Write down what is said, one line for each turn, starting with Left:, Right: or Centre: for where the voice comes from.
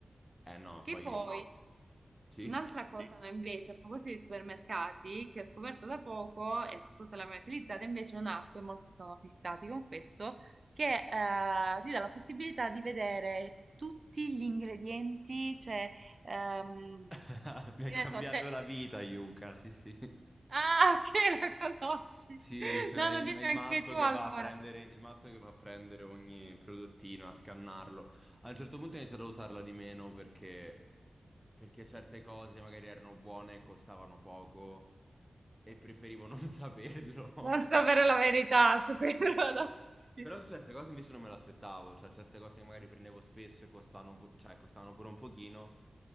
Centre: Eh no,
Right: Che
Centre: poi
Right: poi...
Centre: Sì?
Right: Un'altra Sì. cosa no, invece, a proposito di supermercati, che ho scoperto da poco e non so se l'hai mai utilizzata, invece è un'app, e molti sono fissati con questo, che eh, ti dà la possibilità di vedere tutti gli ingredienti, cioè, ehm,
Centre: <laughs> Mi ha
Right: che
Centre: cambiato
Right: ne so, c'è...
Centre: la vita, Yuka, sì, sì.
Right: Ah, <laughs> che la conosci!
Centre: Sì, se-
Right: No,
Centre: è il,
Right: non dimmi
Centre: è il
Right: anche
Centre: matto
Right: tu
Centre: che
Right: allora.
Centre: va a prendere, il matto che va a prendere ogni prodottino, a scannarlo. A un certo punto ho iniziato a usarla di meno perché, perché certe cose magari erano buone, costavano poco e preferivo non <laughs> saperlo.
Right: Non sapere la verità su quei <laughs> prodotti.
Centre: Però su certe cose invece non me l'aspettavo, cioè certe cose che magari prendevo spesso e costavano, pu- cioè, costavano pure un pochino,